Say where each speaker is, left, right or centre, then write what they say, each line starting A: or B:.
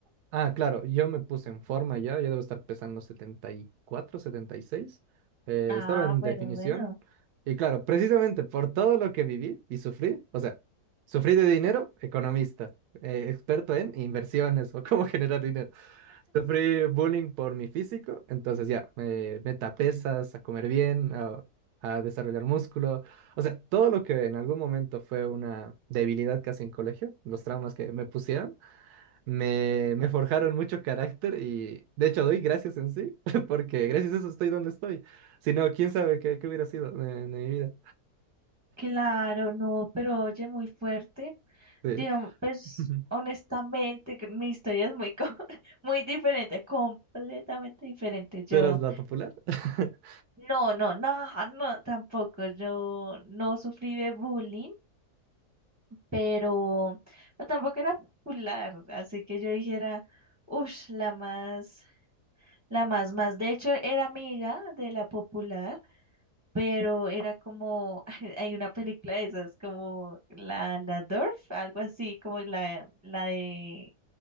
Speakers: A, on the right; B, on the right.
A: ah, claro, yo me puse en forma ya, yo debo estar pesando 74, 76. eh,
B: Ah,
A: estaba en
B: pero
A: definición
B: bueno,
A: y claro, precisamente por todo lo que viví y sufrí, o sea, sufrí de dinero, economista, eh, experto en inversiones o <laughs> cómo generar dinero. Sufrí bullying por mi físico, entonces ya, eh, meta pesas, a comer bien, a, a desarrollar músculo. O sea, todo lo que en algún momento fue una debilidad casi en colegio, los traumas que me pusieron, me, me forjaron mucho carácter y de hecho doy gracias en sí, <laughs> porque gracias a eso estoy donde estoy. Si no, quién sabe qué, qué hubiera sido de, de mi vida.
B: claro, no, pero oye, muy fuerte.
A: Sí.
B: Digamos, pues
A: <laughs>
B: honestamente, que mi historia es muy, co- <laughs> muy diferente, completamente diferente. Yo.
A: ¿Tú eras la popular? <laughs>
B: No, no, no, <laughs> no, tampoco. Yo no sufrí de bullying, pero no, tampoco era popular, así que yo dijera, uff, la más, la más, más. De hecho, era amiga de la popular, pero era como, <laughs> hay una película de esas, como la, la Dorf, algo así, como la, la de,